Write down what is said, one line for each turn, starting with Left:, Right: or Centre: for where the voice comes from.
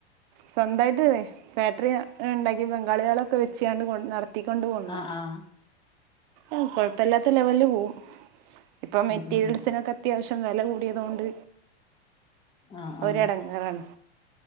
Right: സ്വന്തമായിട്ടുഫാക്ടറിയു ണ്ടാക്കി ബംഗാളികളെയൊക്കെ വെച്ചങ്ങട് കൊണ്ടു നട.. എത്തിക്കൊണ്ട് പോന്നു.
Left: ആഹ് ആഹ്
Right: ഉം.. കൊഴപ്പമില്ലാത്ത ലെവലിൽ പോവും. ഇപ്പൊ, മെറ്റീരിയൽസിനൊക്കെയത്യാവശ്യം
Left: ഉം ഉം ഉം
Right: വില കൂടിയതുകൊണ്ട്..
Left: ആഹ്
Right: ഒരിടങ്ങേറാണ്
Left: ആഹ്